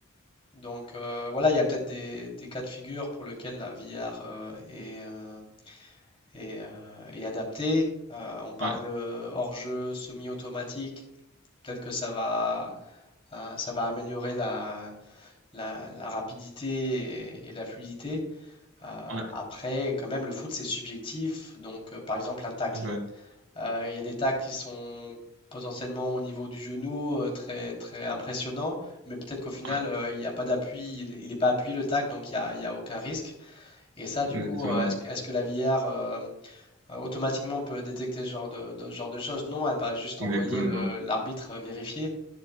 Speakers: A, on the left (about 25°); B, on the right (about 70°).
A: Donc euh, voilà, il y a peut-être des, des cas de figure pour lesquels la VR euh, est, euh, est, euh, est adaptée. Euh, on parle
B: ouais,
A: de hors-jeu semi-automatique, peut-être que ça va, euh, ça va améliorer la, la, la rapidité et, et la fluidité. Euh,
B: ouais,
A: après, quand même, le foot, c'est subjectif. Donc, euh, par exemple, un tacle.
B: enfin,
A: Euh, Il y a des tacles qui sont potentiellement au niveau du genou, euh, très, très impressionnants, mais peut-être qu'au final,
B: ouais,
A: euh, il n'y a pas d'appui, il n'est pas appuyé le tacle, donc il n'y a, il y a aucun risque. Et ça, du
B: exactement,
A: coup, euh, est-ce,
B: ouais,
A: que- est-ce que la VAR euh, euh, automatiquement peut détecter ce genre de, de- ce genre de choses? Non, elle va juste
B: exactement,
A: envoyer le- l'arbitre euh, vérifier,